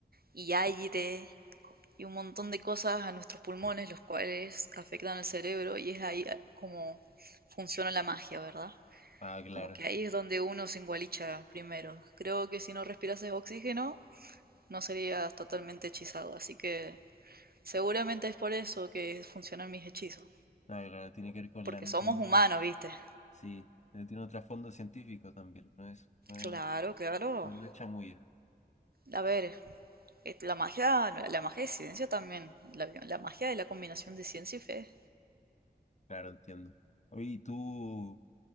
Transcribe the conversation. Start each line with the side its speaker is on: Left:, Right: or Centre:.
Right: y aire y un montón de cosas a nuestros pulmones, los cuales afectan al cerebro y es ahí ah, como funciona la magia, ¿verdad?
Left: Ah, claro.
Right: Como que ahí es donde uno se engualicha primero. Creo que si no respirases oxígeno, no serías totalmente hechizado, así que Seguramente es por eso que funcionan mis hechizos.
Left: Ah, claro, tiene que ver con
Right: Porque
Left: la anatomía.
Right: somos humanos, ¿viste?
Left: Sí, pero tiene un trasfondo científico también, no es, no es,
Right: Claro, claro.
Left: no es chamuyo.
Right: A ver, eh, la magia, la magia de ciencia también. La, la magia de la combinación de ciencia y fe.
Left: Claro, entiendo. Oye, ¿y tú